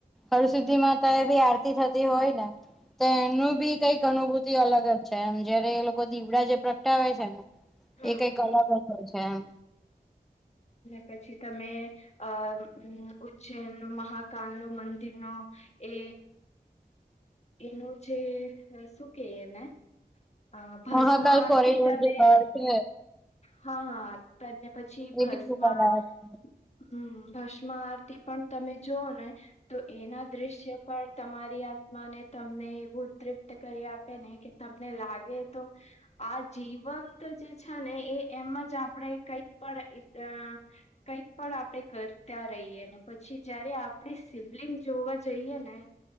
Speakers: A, in the centre; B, on the left (about 40°).
A: હળસિદ્ધિ માતા એ બી આરતી થતી હોય ને તો એનું બી કંઈક અનુભૂતિ અલગ જ છે એમ જયારે એ લોકો દીવડા જે પ્રગટાવે છે ને
B: હમ
A: એ કઈ
B: હમ
A: કંઈક અલગ જ છે એમ.
B: પછી તમે અ ઉજ્જૈન મહાકાલ નુ મંદિરનો. એ એનું જે શું કે એને? અ ભસ્મા
A: મહાકાલ
B: આરતી
A: કોરિડોર
B: તમે
A: જે બહાર છે
B: હા હા. પદ ને પછી ભસ્મ
A: એ બી જોવાલાયક
B: મ.
A: છે.
B: હમ્મ ભસ્મ આરતી પણ તમે જોઓ ને તો એના દ્રશ્ય પણ. તમારી આત્માને તમને એવું તૃપ્ત કરી આપે ને કે તમને લાગે તો આ જીવંત જે છે ને એ એમાં જ આપણે કઈક પણ કંઈક પણ આપણે કરતા રહીએ ને પછી જયારે આપણે શિવલિંગ જોવા જઈએ ને